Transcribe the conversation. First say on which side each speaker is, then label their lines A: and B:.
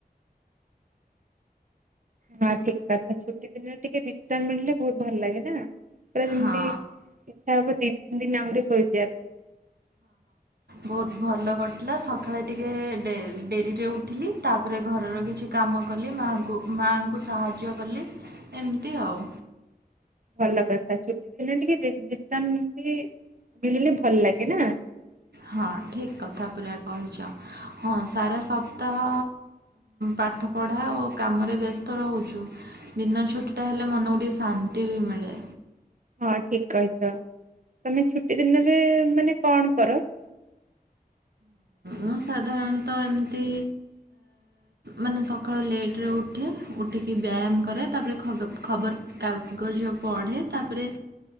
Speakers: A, on the right; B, on the right.
A: ହଁ ଠିକ କଥା ଛୁଟି ଦିନରେ ଟିକେ ବିଶ୍ରାମ ମିଳିଲେ ବୋହୁତ ଭଲ ଲାଗେ ନା। ପୁରା ଯେମିତି
B: ହଁ
A: ଇଚ୍ଛା ହବ ଦି ତିନି ଦିନ୍ ଆହୁରି ଶୋଇଯିବା ପାଇଁ।
B: ବୋହୁତ ଭଲ କରିଥିଲା ସକାଳେ ଟିକେ ଡେ-ଡେରିରେ ଉଠିଲି ତାପରେ ଘରର କିଛି କାମ କଲି ମାହାଙ୍କୁ ମାଙ୍କୁ ସାହାଯ୍ୟ କଲି ଏମିତି ଆଉ।
A: ଭଲ କଥା ଛୁଟି ଦିନ ଟିକେ ବେସି ବିଶ୍ରାମ କି ମିଳିଲେ ଭଲ ଲାଗେ ନା।
B: ହଁ ଠିକ୍ କଥା ପୂୁରା କହିଚ। ହଁ ସାରା ସପ୍ତାହ ପାଠ ପଢ଼ା ଓ କାମରେ ବ୍ୟସ୍ତ ରୋହୁଚୁ ଦିନ ଛୁଟିଟା ହେଲେ ମନକୁ ଟିକେ ଶାନ୍ତି ବି ମିଳେ।
A: ହଁ ଠିକ କହିଚ। ତମେ ଛୁଟି ଦିନରେ ମାନେ କଣ କର?
B: ମୁଁ ସାଧାରଣତଃ ଏମିତି ମାନେ ସକାଳୁ ଲେଟେ ଉଠେ ଉଠିକି ବ୍ୟାୟାମ କରେ ତାପରେ ଖଗ୍ ଖବରକାଗଜ ପଢ଼େ ତାପରେ